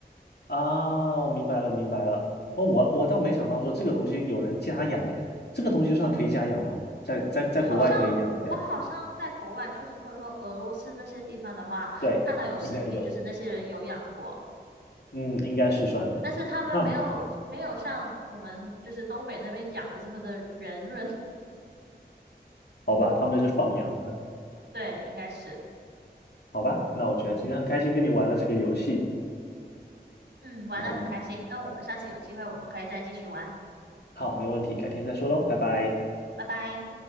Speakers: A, on the left; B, on the right.
A: 啊，我明白了，明白了。哦，我我倒没想到说这个东西有人家养哎，这个东西算可以家养的哦，在在在国外可以养，
B: 嗯，好像我好像在国外，
A: 应该
B: 就是就是说俄罗斯那些地方的话，
A: 对，
B: 看到有视频，
A: 应该有，
B: 就是那些人有养过，
A: 嗯，应该是算的。
B: 但是他们没有没有像我们就是东北那边养的这么的圆润。
A: 那明白了，好吧，他们是放羊的，
B: <laughs> 对，应该是。
A: 好吧。那我觉得今天很开心跟你玩了这个游戏，
B: 嗯，玩的很开心。
A: 那我们
B: 那我们下次有机会，我们可以再继续玩。
A: 好，没问题，改天再说喽，拜拜。
B: 拜拜。